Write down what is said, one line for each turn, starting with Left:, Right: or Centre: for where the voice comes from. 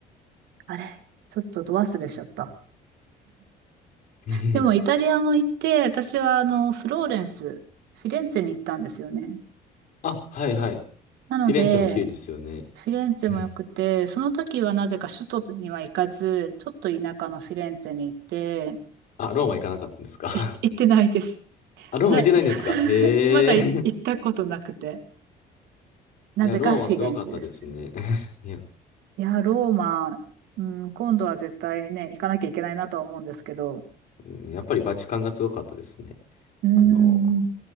Right: あれ、ちょっとど忘れしちゃった。
Left: <laughs>
Right: でもイタリアも行って、私はあの、フローレンス、フィレンツェに行ったんですよね。
Left: あ、はいはい。
Right: なので、
Left: フィレンツェも綺麗ですよね。
Right: フィレンツェも良くて、
Left: <laughs>
Right: その時はなぜか首都には行かず、ちょっと田舎のフィレンツェに行って、
Left: あ、ローマ行かなかったんですか
Right: い行ってないです。
Left: <laughs> あ、ローマ行ってないんですかへえ。
Right: な、<laughs> まだい行ったことなくて。
Left: <laughs>
Right: なぜかフィレンツェです。
Left: いや、ローマすごかったですね。<laughs> いや、
Right: いや、ローマ、うん、今度は絶対ね、行かなきゃいけないなとは思うんですけど、
Left: うんやっぱりバチカンがすごかったですね。
Right: うん、
Left: あの、